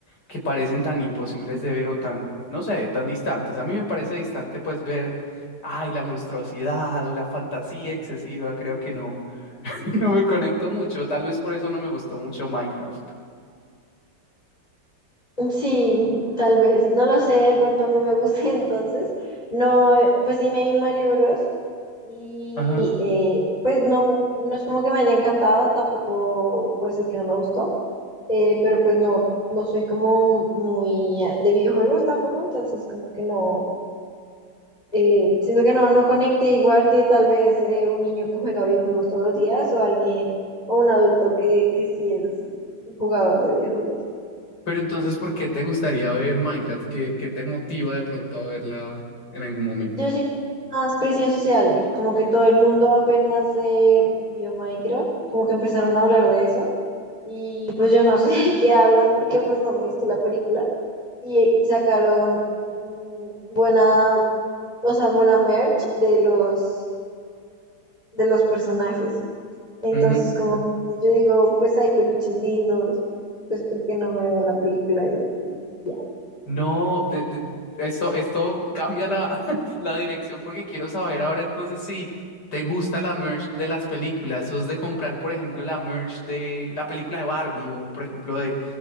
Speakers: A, on the left; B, on the left.
A: que parecen tan imposibles de ver o tan, no sé, tan distantes. A mí me parece distante pues ver ay, la monstruosidad o la fantasía excesiva, creo que no. <laughs> No me conecto mucho, tal vez por eso no me gustó mucho Minecraft.
B: Sí, tal vez, no lo sé, de pronto a mí me gusta <laughs> entonces, no, eh, pues sí me vi Mario Bros y
A: Ajá.
B: eh, pues no, no es como que me haya encantado, tampoco puedo decir que no me gustó, eh, pero pues no, no soy como muy eh, de videojuegos tampoco, entonces como que no, eh, siento que no, no conecte igual que tal vez eh, un niño que juega videojuegos todos los días o alguien o un adulto que, que sí es jugador de videojuegos.
A: Pero entonces, ¿por qué te gustaría ver Minecraft? ¿Qué, qué te motiva de pronto a verla en algún momento?
B: Yo siento que más presión social, como que todo el mundo apenas eh, vio Minecraft, como que empezaron a hablar de eso y pues yo no sé <laughs> de qué hablan porque pues no me he visto la película y sacaron mm, buena, o sea, buena merch de los de los personajes. Entonces
A: Ujú.
B: como que yo digo, pues hay peluches lindos, pues porque no me veo la película y, y- y ya.
A: No, de- de- esto, esto cambia la, <laughs> la dirección porque quiero saber ahora entonces si te gusta la merch de las películas, sos de comprar, por ejemplo, la merch de la película de Barbie o, por ejemplo, de